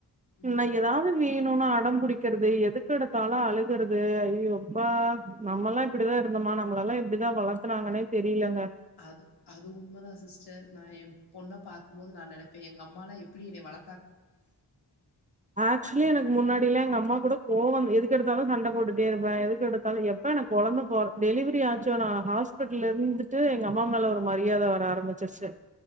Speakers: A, on the left; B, on the right.
A: ம்.
B: என்ன ஏதாவது வீ வேணும்னு அடம் புடிக்கிறது எதுக்கெடுத்தாலும் அழுகறது அய்யோ அப்பா நம்மெல்லாம் இப்படிதான் இருந்தோமா நம்மளெயெல்லாம் எப்படிதான் வளர்த்துனாங்கன்னே தெரியலங்க
A: அது அது உண்மை தான் சிஸ்டர் நாயம் பொண்ண பாக்கும்போது நா நெனப்பே எங்க அம்மால எப்புடி என்னே வள
B: ஆக்சுலி எனக்கு முன்னாடிலா எங்க அம்மா கூட கோவம் எதுக் கெடுத்தாலு சண்ட போட்டுட்டே இருப்ப எதுக்கு எடுத்தாலு எப்ப எனக் கொழந்த போற டெலிவெரி ஆச்சோ நா ஹாஸ்பிட்ல இர்ந்துட்டு எங்க அம்மா மேல ஒரு மரியாத வர ஆரம்மிச்சிர்ச்சு